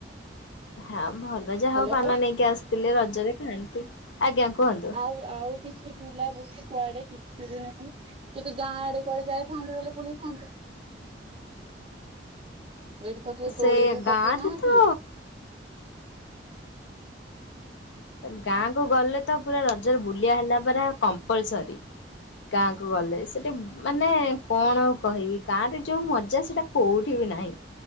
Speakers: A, on the left (about 80°); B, on the right (about 30°).
A: ହଁ ଭଲ
B: ହ୍ୟାଲୋ
A: ଯାହା ହଉ ପାନ ନେଇକି ଆସିଥିଲେ ରଜରେ ଖାଆନ୍ତି। ଆଜ୍ଞା କୁହନ୍ତୁ
B: ଆଉ ଆଉ କିଛି ବୁଲାବୁଲି? କୁଆଡେ କିଛି ବି ନାହିଁ, ଯଦି ଗାଁ ଆଡେ କୁଆଡେ ଯାଇଥାନ୍ତୁ ବୋଲି ବୁଲିଥାନ୍ତୁ। ଏଇଠି ତ କେହି
A: ସେ
B: ଦୋଳି ବି
A: ଗାଁରେ
B: ପକେଇ ନାହାନ୍ତି।
A: ତ ଗାଁ
B: ହଁ କୁହ।
A: କୁ ଗଲେ ତ ପୁରା ରଜରେ ବୁଲିଆ ହେଲା ପରା କମ୍ପଲସରି ଗାଁ କୁ ଗଲେ ସେଠି ମାନେ କଣ ଆଉ କହିବି ଗାଁ ରେ ଯୋଉ ମଜା ସେଇଟା କୋଉଠି ବି ନାହିଁ।